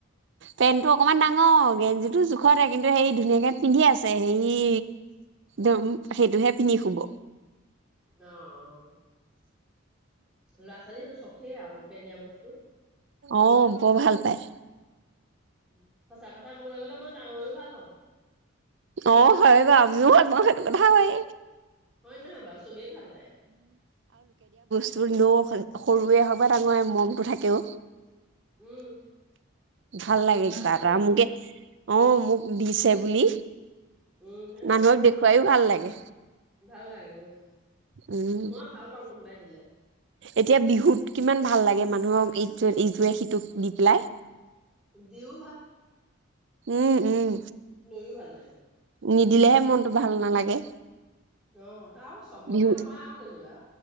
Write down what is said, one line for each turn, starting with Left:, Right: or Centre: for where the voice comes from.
Right: পেন্টটো অকমান ডাঙৰ, গেঞ্জিটো জোখতে কিন্তু সে ধুনীয়াকে পিন্ধি আছে হেই দম সেইটোহে পিন্ধি শুব
Centre: আহ আহ ল'ৰা ছোৱালী সেইটো চখে আৰু লোকে দিয়া বস্তু।
Right: অ বৰ ভাল। বাই।
Centre: উম, সঁচা কথা কবলৈ গ'লে মই ডাঙৰেও ভাল পাওঁ।
Right: অ হয় বাও। আমিও ভাল পাওঁ সেইটো কথা হয়ে।
Centre: হয় নহয় বাও, চবেই ভাল পায়।
Right: য ন সৰুৱে হওক বা ডাঙৰ মমতটো থাকেও।
Centre: উম।
Right: ভাল
Centre: উপহাৰ
Right: লাগে কিবা
Centre: নহয়
Right: এটা
Centre: জানো?
Right: মোকে অ মোক দিছে। ছে বুলি।
Centre: উম সেইটোয়ে,
Right: মানুহক দেখুৱাইও ভাল লাগে।
Centre: ভাল লাগে উম।
Right: উম
Centre: মই ভাল পাওঁ কোনোবাই দিলে।
Right: এতিয়া বিহুত কিমান ভাল লাগে মানুহক এইটো এইটোয়ে। সিটোক দি পেলাই।
Centre: দিও
Right: উম উম।
Centre: নৈও ভাল লাগে।
Right: নিদিলেহে মনতটো ভাল নালাগে।
Centre: আহ আৰু চবতে
Right: বিহু
Centre: নহয় আৰু যেনিবা।